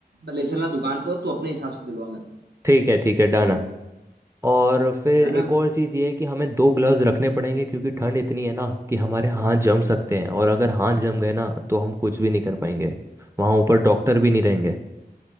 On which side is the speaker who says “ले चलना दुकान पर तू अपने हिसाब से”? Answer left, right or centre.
Right